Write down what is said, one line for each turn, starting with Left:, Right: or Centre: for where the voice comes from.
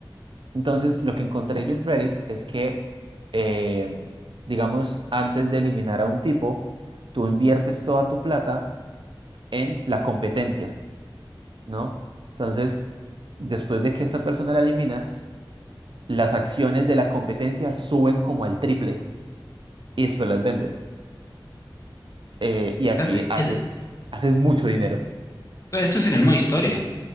Right: Entonces, lo que encontré yo en Reddit es que, eh, digamos, antes de eliminar a un tipo, tú inviertes toda tu plata en la competencia, ¿no? Entonces, después de que esta persona la eliminas, las acciones de la competencia suben como al triple y después las vendes. Eh,
Left: Interesante.
Right: y así
Left: Y
Right: haces,
Left: ese-
Right: haces mucho dinero.
Left: todo eso es en el modo historia.